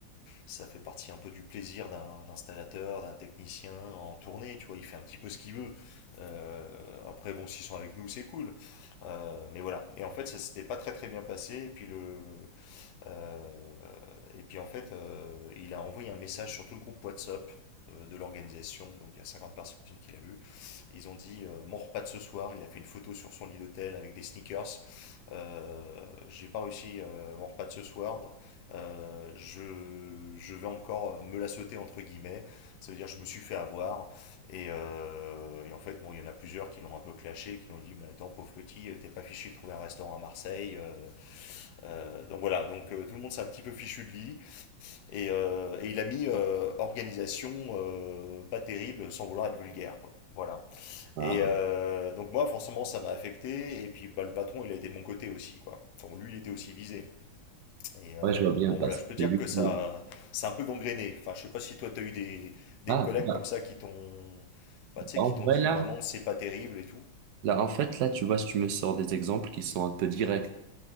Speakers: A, on the left; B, on the right.
A: ça fait partie un peu du plaisir d'un installateur, d'un technicien en tournée, tu vois, il fait un petit peu ce qu'il veut. Euh, après bon s'ils sont avec nous c'est cool, Euh, mais voilà. Et en fait ça s'était pas très très bien passé. Et puis le euh, et puis en fait euh, il a envoyé un message sur tout le groupe WhatsApp euh, de l'organisation, donc il y a 50 personnes qui l'a vu ils ont dit euh, mon repas de ce soir, il a fait une photo sur son lit d'hôtel avec des sneakers. Euh, J'ai pas réussi euh, mon repas de ce soir. Euh, je, je vais encore me la sauter entre guillemets. Ça veut dire je me suis fait avoir. Et, euh, et en fait, bon, il y en a plusieurs qui l'ont un peu clashé, qui l'ont dit mais attends pauvre petit, euh, t'es pas fichu de trouver un restaurant à Marseille. euh, euh, donc voilà, donc euh, tout le monde s'est un petit peu fichu de lit. Et, euh, et il a mis euh, organisation euh, pas terrible sans vouloir être vulgaire quoi. Voilà.
B: Ah,
A: Et euh, donc moi, forcément, ça m'a affecté. Et puis bah, le patron, il a été de mon côté aussi, quoi. Enfin, lui, il était aussi visé. Et euh,
B: ouais, je vois bien,
A: bon,
B: parce
A: voilà, je
B: que
A: peux dire
B: c'est lui
A: que ça,
B: qui...
A: c'est un peu gangréné. Enfin, je sais pas si toi, t'as eu des, des
B: Ah,
A: collègues
B: bah,
A: comme ça qui t'ont, bah, tu
B: en
A: sais, qui
B: vrai,
A: t'ont dit
B: là,
A: vraiment, c'est pas terrible et tout.
B: là, en fait, là, tu vois, tu me sors des exemples qui sont un peu directs.